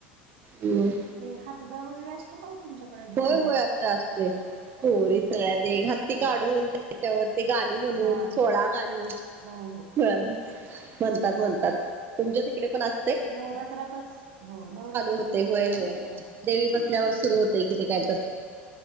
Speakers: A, on the right (about 35°); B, on the right (about 75°).
A: हम्
B: ते हदगा वगैरे असतो का तुमच्याकडे भोंडला
A: होय होय असत असते पोरी सगळ्यात ते घाती
B: असतं
A: काढून
B: का
A: त्याच्यावर ते गाणी म्हणून
B: हा
A: सोळा
B: हा.
A: गाणीळा
B: हो हो
A: म्हणतात म्हणतात तुमच्या तिकडे पण अस
B: ते नवरात्रातच हो नवरात्रातच
A: होते होय
B: असतो
A: होय
B: ना ते त्या
A: देवी बसल्यावर सुरू होतें किती काय ब